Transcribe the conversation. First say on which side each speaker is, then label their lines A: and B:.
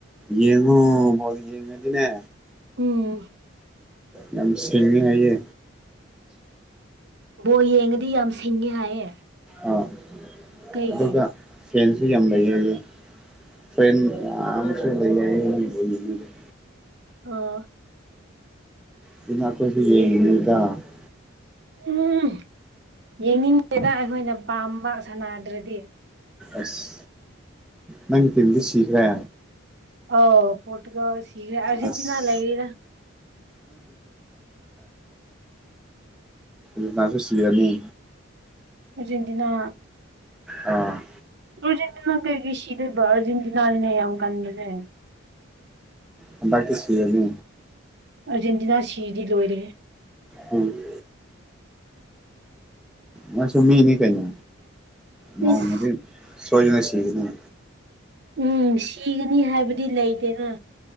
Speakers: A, in the centre; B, on the right.
A: ꯌꯦꯡꯉꯣ ꯕꯣꯜ ꯌꯦꯡꯉꯗꯤꯅꯦ
B: ꯎꯝ
A: ꯌꯥꯝ ꯁꯤꯡꯉꯦ ꯍꯥꯏꯌꯦ
B: ꯕꯣꯜ ꯌꯦꯡꯉꯗꯤ ꯌꯥꯝ ꯁꯤꯡꯉꯦ ꯍꯥꯏꯌꯦ
A: ꯑꯥ
B: ꯀꯩꯒꯤ
A: ꯑꯗꯨꯒ ꯐ꯭ꯔꯦꯟꯁꯨ ꯌꯥꯝ ꯂꯩ ꯍꯥꯏꯌꯦ ꯐ꯭ꯔꯦꯟ ꯌꯥꯝꯁꯨ ꯂꯩ <unintelligible>
B: ꯑꯣ
A: ꯑꯗꯨꯅ ꯑꯩꯈꯣꯏꯁꯨ <unintelligible>
B: <unintelligible> ꯌꯦꯡꯅꯤꯡꯇꯦꯗ ꯑꯩꯈꯣꯏꯅ ꯄꯥꯝꯕ ꯁꯥꯟꯅꯗ꯭ꯔꯗꯤ
A: ꯑꯁ ꯅꯪ ꯇꯤꯝꯗꯤ ꯁꯤꯈ꯭ꯔꯦ
B: ꯑꯥꯎ ꯄꯣꯔꯇꯨꯒꯜ ꯁꯤꯒ꯭ꯔꯦ ꯑꯔꯖꯦꯟꯇꯤꯅꯥ
A: ꯑꯁ
B: ꯂꯩꯔꯤꯗ
A: <unintelligible> ꯁꯤꯔꯅꯤ
B: ꯑꯔꯖꯦꯟꯇꯤꯅꯥ
A: ꯑꯥ
B: ꯑꯔꯖꯦꯟꯇꯤꯅꯥ ꯀꯩꯒꯤ ꯁꯤꯗꯣꯢꯕ ꯑꯔꯖꯦꯟꯇꯤꯅꯥꯅꯤꯅꯦ ꯌꯥꯝ ꯀꯟꯕꯁꯦ
A: ꯍꯟꯗꯛꯇꯤ ꯁꯤꯔꯅꯤ
B: ꯑꯔꯖꯦꯟꯇꯤꯅꯥ ꯁꯤꯗꯤ ꯂꯣꯏꯔꯦꯍꯦ
A: ꯎꯝ ꯃꯥꯁꯨ ꯃꯤꯅꯤ ꯀꯩꯅꯣ ꯅꯣꯡꯃꯗꯤ
B: ꯏꯁ
A: ꯁꯣꯏꯗꯅ ꯁꯤꯒꯅꯤ
B: ꯎꯝ ꯁꯤꯒꯅꯤ ꯍꯥꯏꯕꯗꯤ ꯂꯩꯇꯦꯅ